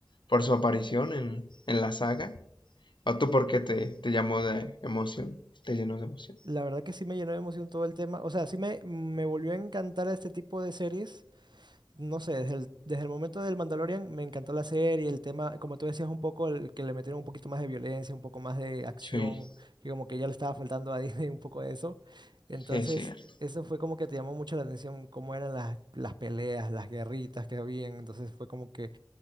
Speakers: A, on the left; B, on the right.
A: por su aparición en, en la saga? ¿O tú por qué te, te llamó de emoción? ¿Te llenó de emoción?
B: La verdad que sí me llenó de emoción todo el tema. O sea, sí me, me volvió a encantar este tipo de series no sé, desde el, desde el momento del Mandalorian me encantó la serie, el tema, como tú decías, un poco el que le metieron un poquito más de violencia, un poco más de acción,
A: Sí,
B: que como que ya le estaba faltando <laughs> a Disney un poco de eso. Entonces,
A: sí, es cierto,
B: eso fue como que te llamó mucho la atención, cómo eran las, las peleas, las guerritas que habían. Entonces fue como que